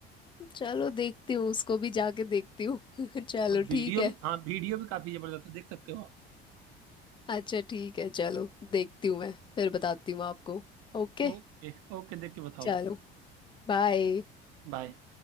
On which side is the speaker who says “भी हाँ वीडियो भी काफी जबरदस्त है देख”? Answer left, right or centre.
Right